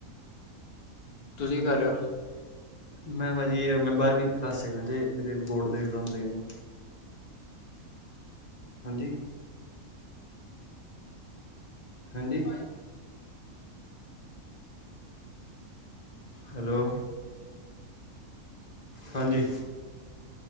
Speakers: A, on the left; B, on the left.
A: ਤੁਸੀਂ
B: ਵਧੀਆ।
A: ਕੀ ਕਰ ਰਹੇ ਹੋ
B: ਮੈਂ ਭਾਜੀ, ਮੈਂ ਬਾਰਵੀਂ ਕਲਾਸ'ਚ ਤੇ, ਮੇਰੇ ਬੋਰਡ ਦੇ ਐਗਜ਼ਾਮ ਸੀਗੇਨ।
A: ਹ <inaudible>
B: ਹਾਂਜੀ! ਹਾਂਜੀ ਹੈਲੋ ਹਾਂਜੀ